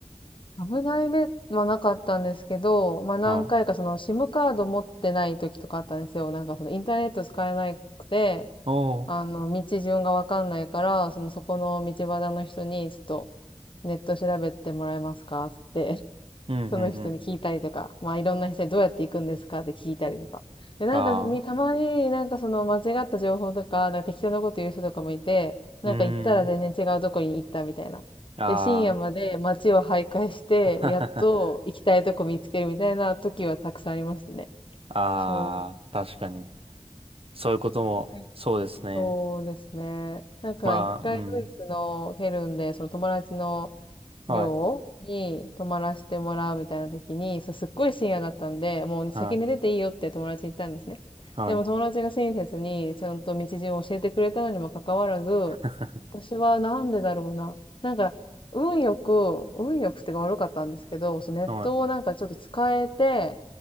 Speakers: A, on the left; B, on the right.
A: 危ない目はなかったんですけど、まあ何回かその
B: はい。
A: SIM カード持ってない時とかあったんですよ。なんかそのインターネット使えなくて、
B: おお。
A: あの、道順がわかんないから、そのそこの道端の人に、ちょっとネット調べてもらえますかつって
B: うんうんうん。
A: その人に聞いたりとか、まあいろんな人にどうやって行くんですかって聞いたりとか。で、なんかみ、
B: ああ。
A: たまになんかその間違った情報とか、なんか適当なこと言う人とかもいて、なんか行ったら全然違うとこに行ったみたいな。
B: うーん。あ
A: で、深夜まで街を徘徊して、
B: あ。
A: やっと行きたいとこ見つけるみたいな時はたくさんありましたね。
B: <laughs> ああ、
A: そ
B: 確かに。そういうことも、
A: う。
B: そうですね。
A: そうですね。なんか一回ドイツのケルンで、
B: まあ、うん。
A: その友達の寮に泊まらせてもらうみたいな時に、
B: はい、
A: そう、すっごい深夜だったんで、もう先に出ていいよって友達に言ったんですね。
B: はい、はい、
A: でも友達が親切にちゃんと道順を教えてくれたのにもかかわらず、
B: <laughs>
A: 私はなんでだろうな。なんか、運よく、運よくっていうか悪かったんですけど、そのネットをなんかちょっと使えて、
B: はい。